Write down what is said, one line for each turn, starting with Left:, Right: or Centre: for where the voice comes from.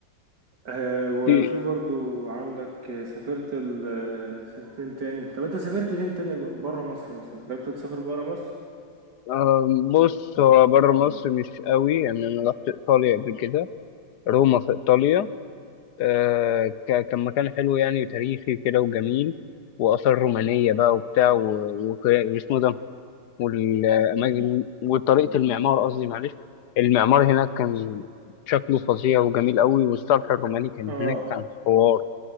Right: آه، وفي
Left: في
Right: برضو عندك آه، سافرت ال... آه، فين تاني طب انت سافرت فين تاني بره مصر مثلا جربت تسافر بره مصر
Left: آه، بص هو بره مصر مش قوي يعني أنا رحت إيطاليا قبل كده روما في إيطاليا آه ك- كان مكان حلو يعني وتاريخي كده وجميل وآثار رومانية بقى وبتاع و- وك- واسمه ده والأماكن وطريقة المعمار قصدي معلش المعمار هناك كان شكله فظيع وجميل قوي والصرح الروماني كان
Right: اه
Left: هناك كان حوار